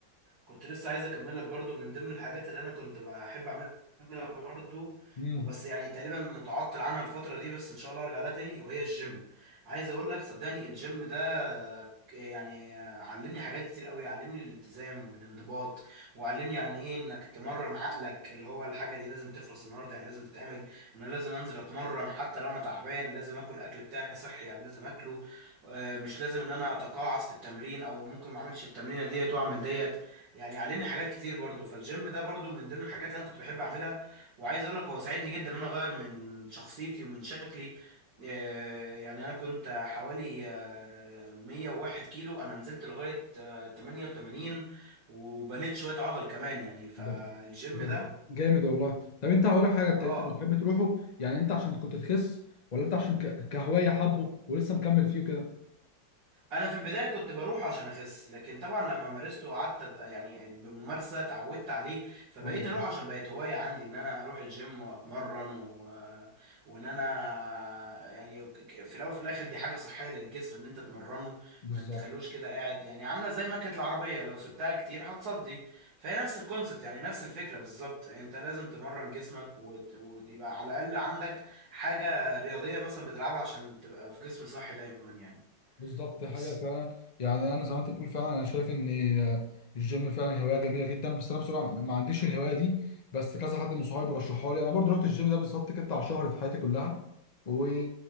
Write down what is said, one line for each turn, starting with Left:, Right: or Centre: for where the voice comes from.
Right: كنت لسه عايز اكمل لك برضو من ضمن الحاجات اللي انا كنت بحب اعملها برضو
Left: امم
Right: وبس يعني تقريبا متعطل عنها الفترة دي بس ان شاء الله ارجع لها تاني وهي الجيم عايز اقول لك صدقني الجيم ده يعني علمني حاجات كتير قوي علمني الالتزام والانضباط وعلمني يعني ايه انك تمرن عقلك اللي هو الحاجة دي لازم تخلص النهاردة يعني لازم تتعمل ان انا لازم انزل اتمرن حتى لو انا تعبان لازم اكل اكل بتاعي صحي يعني لازم اكله آه، مش لازم ان انا اتقاعس في التمرين او ممكن ما اعملش التمرينة ديت واعمل ديت يعني علمني حاجات كتير برضو فالجيم ده برضو من ضمن الحاجات اللي انا كنت بحب اعملها وعايز اقول لك هو ساعدني جدا ان انا اغير من شخصيتي ومن شكلي آه، يعني انا كنت حوالي آه، 101 كيلو انا نزلت لغاية آه، 88 وبنيت شوية عضل كمان يعني فالجيم
Left: ده ده
Right: ده
Left: ج- جامد والله طب انت هقول لك حاجه انت
Right: اه
Left: انت بتحب تروحه يعني انت عشان كنت تخس ولا انت عشان ك- كهوايه حبه ولسه مكمل فيه كده
Right: انا في البدايه كنت بروح عشان اخس لكن طبعا لما مارسته وقعدت أت- يعني بممارسه اتعودت عليه فبقيت
Left: ايوه
Right: اروح عشان بقت هوايه عندي ان انا اروح الجيم واتمرن و... وان انا يعني ك- في الاول وفي الاخر دي حاجه صحيه للجسم ان انت تمرنه
Left: بالظبط
Right: ما تخلوش كده قاعد يعني عامله زي مكنه العربيه لو سبتها كتير هتصدي فهي نفس الكونسبت يعني نفس الفكره بالظبط انت لازم تمرن جسمك وت... ويبقى على الاقل عندك حاجه رياضيه مثلا بتلعبها عشان تبقى في جسم صحي دايما يعني
Left: بالظبط دي حقيقة
Right: بس
Left: فعلا يعني أنا زي ما أنت بتقول فعلا أنا شايف إن آه، الجيم فعلا هواية جميلة جدا بس أنا بصراحة ما عنديش الهواية دي بس كذا حد من صحابي رشحها لي أنا برضو رحت الجيم ده بالظبط كده بتاع شهر في حياتي كلها و